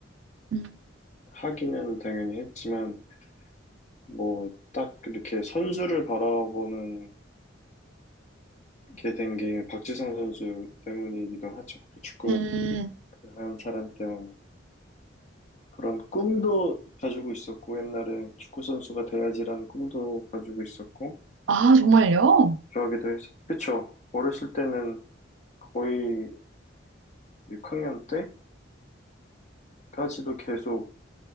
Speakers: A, on the right; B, on the left.
A: 음.
B: 하기는 당연히 했지만, 뭐, 딱 이렇게 선수를 바라보는 게 된 게 박지성 선수 때문이기도 하죠. 그 축구
A: 음,
B: 한 사람 때문에. 그런 꿈도 가지고 있었고, 옛날에 축구선수가 돼야지라는 꿈도 가지고 있었고,
A: 아, 정말요?
B: 좋아하기도 했었, 그쵸. 어렸을 때는 거의 6학년 때까지도 계속